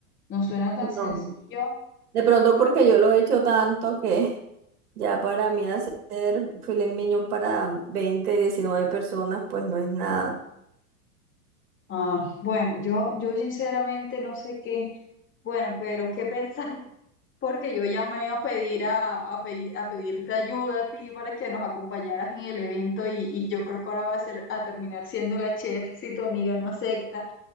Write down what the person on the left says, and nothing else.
No suena tan sencillo.
Ah, bueno, yo, yo sinceramente no sé qué, bueno, pero qué pensar, <laughs> porque yo llamé a pedir a, a, pedi- a pedirte ayuda a ti para que nos acompañaras en el evento y, y yo creo que ahora va a ser a terminar siendo la chef si tu amiga no acepta.